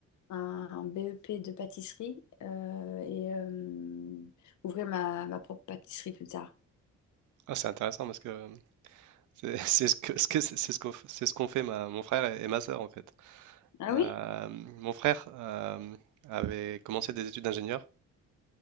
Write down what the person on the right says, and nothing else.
Ah, c'est intéressant parce que C'est <laughs> c'est ce que ce que- c'est ce qu'on c'est ce qu'ont fait ma, mon frère et, et ma sœur en fait.
Euh,
mon frère euh, avait commencé des études d'ingénieur